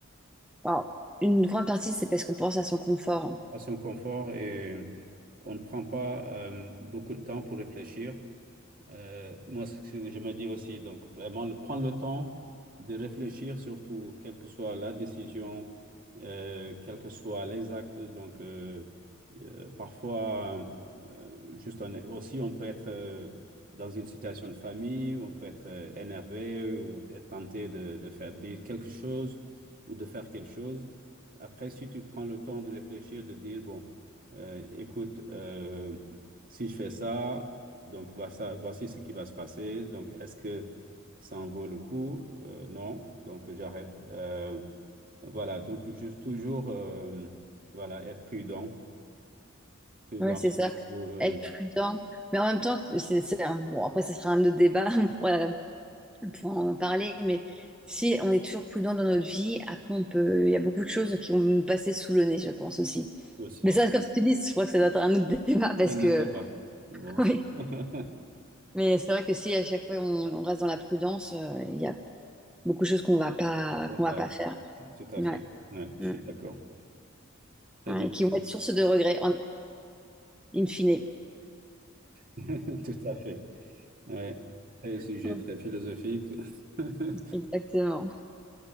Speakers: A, in the centre; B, on the right.
A: alors, une grande partie, c'est parce qu'on pense à son confort.
B: À son confort et on ne prend pas euh, beaucoup de temps pour réfléchir. Euh, moi, c'est ce que je me dis aussi, donc vraiment, le, prendre le temps de réfléchir, surtout, quelle que soit la décision, euh, quel que soit les actes. Donc, euh, euh, parfois, euh, juste on est- aussi, on peut être euh, dans une situation de famille, on peut être euh, énervé ou être tenté de, de faire dire quelque chose ou de faire quelque chose. Après, si tu prends le temps de réfléchir, de dire, bon, euh, écoute, euh, si je fais ça, donc, voici, voici ce qui va se passer. Donc, est-ce que ça en vaut le coup? Euh, non. Donc, j'arrête. Euh, voilà. Donc, juste toujours, euh, voilà, être prudent. Prudent
A: Ouais, c'est
B: surtout
A: ça.
B: euh,
A: Être prudent. Mais en même temps, c'est, c'est un- bon, après, ce sera un autre débat, <laughs> on pourra, on pourra en parler. Mais si on est toujours prudent dans notre vie, après, on peut, il y a beaucoup de choses qui vont nous passer sous le nez, je pense aussi.
B: aussi.
A: Mais ça, comme je te dis, je crois que ça doit être un autre <laughs> débat parce
B: Et le
A: que,
B: débat. Bon.
A: oui.
B: <laughs>
A: Mais c'est vrai que si à chaque fois on, on reste dans la prudence, euh, il y a beaucoup de choses qu'on va pas,
B: Voilà.
A: qu'on va pas faire.
B: Tout à
A: Ouais.
B: fait. Ouais, je
A: Mm.
B: suis d'accord. Très
A: Ouais,
B: bien.
A: Et qui vont être source de regrets, en, in fine.
B: <laughs> Tout à fait. Ouais. C'est un sujet
A: Mm.
B: très philosophique. <laughs>
A: Exactement.